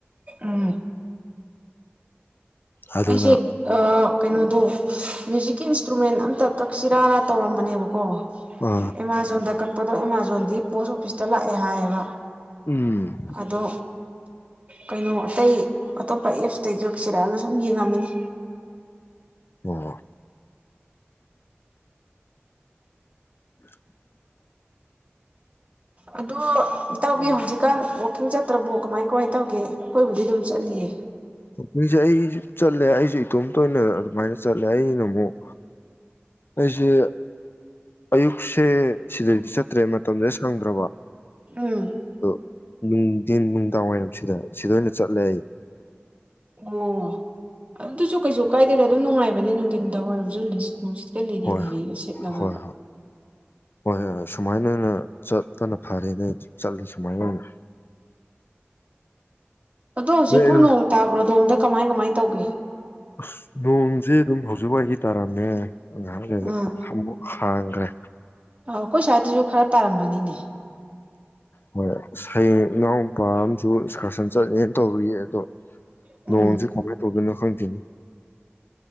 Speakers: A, on the right; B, on the left.
A: ꯎꯝ
B: ꯑꯗꯨꯅ
A: ꯑꯩꯁꯦ ꯀꯩꯅꯣꯗꯣ ꯃ꯭ꯌꯨꯖꯤꯛꯀꯤ ꯏꯟꯁꯇ꯭ꯔꯨꯃꯦꯟ ꯑꯝꯇ ꯀꯛꯁꯤꯔꯥꯅ ꯇꯧꯔꯝꯕꯅꯦꯕ ꯔꯨꯀꯣ
B: ꯑ
A: ꯑꯦꯃꯥꯖꯣꯟꯗ ꯀꯛꯄꯗꯣ ꯑꯃꯥꯃꯥꯖꯣꯟꯒꯤ ꯄꯣꯁ ꯑꯣꯐꯤꯁꯇ ꯂꯥꯛꯑꯦ ꯍꯥꯏꯌꯦꯕ
B: ꯎꯝ
A: ꯑꯗꯣ ꯀꯩꯅꯣ ꯑꯇꯩ ꯑꯇꯣꯞꯄ ꯑꯦꯞꯁꯇ ꯀꯛꯁꯤꯔꯛꯑꯒ ꯁꯨꯝ ꯌꯦꯡꯉꯝꯃꯤꯅꯤ
B: ꯑꯣ <unintelligible>
A: ꯑꯣ ꯇꯧꯕꯤꯌꯨ ꯍꯧꯖꯤꯛ ꯀꯥꯟ ꯋꯀꯤꯡ ꯆꯠꯇ꯭ꯔꯕꯨ ꯀꯃꯥꯏ ꯀꯃꯥꯏꯅ ꯇꯧꯒꯦ ꯑꯩꯈꯣꯏꯕꯨꯗꯤ ꯑꯗꯨꯝ ꯆꯠꯂꯤꯌꯦ
B: ꯑꯅꯤꯁ ꯆꯜ ꯑꯩꯁꯨ ꯏꯇꯣꯝꯇꯣꯏꯅ ꯑꯗꯨꯃꯥꯏꯅ ꯆꯠꯂꯦ ꯑꯩꯅ ꯑꯃꯨꯛ ꯑꯩꯁꯦ ꯑꯌꯨꯛꯁꯦ ꯁꯤꯗꯩꯗꯤ ꯆꯠꯇ꯭ꯔꯦ ꯃꯇꯝꯁꯦ ꯁꯪꯗ꯭ꯔꯕ
A: ꯎꯝ
B: ꯑꯗꯣ ꯅꯨꯡꯊꯤꯟ ꯅꯨꯡꯗꯥꯡꯋꯥꯏꯔꯝꯁꯤꯗ ꯁꯤꯗ ꯑꯣꯏꯅ ꯆꯠꯂꯦ ꯑꯩ
A: ꯑꯣ ꯑꯗꯨꯁꯨ ꯀꯩꯁꯨ ꯀꯥꯏꯗꯦꯗ ꯑꯗꯨꯝ ꯅꯨꯡꯉꯥꯏꯕꯅꯦ ꯅꯨꯡꯊꯤꯟ ꯊ ꯋꯥꯏꯔꯝꯁꯨ ꯅꯨꯡꯠ ꯍꯦꯛꯇ ꯂꯤꯔꯤ
B: ꯍꯣꯏ
A: ꯂꯤꯅꯤꯒ ꯁꯦꯠꯂꯕ
B: ꯍꯣꯏ ꯍꯣꯏ ꯍꯣꯏ ꯍꯣꯏꯣꯏ ꯁꯨꯃꯥꯏꯅ ꯑꯣꯏꯅ ꯆꯄꯅ ꯐꯔꯦ ꯅ ꯆꯠꯂꯦ ꯁꯨꯃꯥꯏꯅ ꯑꯣꯏꯅ
A: ꯑꯗꯣ
B: ꯑꯣꯏꯅ
A: ꯍꯧꯖꯤꯛꯄꯨ ꯅꯣꯡ ꯇꯥꯕ꯭ꯔꯣꯗꯣ ꯑꯝꯇ ꯀꯃꯥꯏ ꯀꯃꯥꯏ ꯇꯧꯒꯦ
B: ꯑꯁ ꯅꯣꯡꯁꯦ ꯑꯗꯨꯝ ꯍꯧꯖꯤꯛ ꯋꯥꯏꯒꯤ ꯇꯥꯔꯝꯃꯦ ꯑꯥꯡꯦꯃ
A: ꯎꯝ
B: ꯐꯥꯡꯈ꯭ꯔꯦ
A: ꯑ ꯑꯩꯈꯣꯏ ꯁ꯭ꯋꯥꯏꯗꯁꯨ ꯈꯔ ꯇꯥꯔꯝꯕꯅꯤꯅꯦ
B: ꯍꯣꯏ ꯍꯌꯦꯡ ꯏꯅꯥꯎ ꯅꯨꯄꯥ ꯑꯃꯁꯨ ꯑꯦꯛꯁꯀꯔꯁꯟ ꯆꯠꯅꯦꯅ ꯇꯧꯕꯌꯦ ꯑꯗꯣ
A: ꯎꯝ
B: ꯂꯣꯟꯁꯦ ꯀꯃꯥꯏꯅ ꯇꯧꯗꯣꯏꯅꯣ ꯀ ꯊꯅ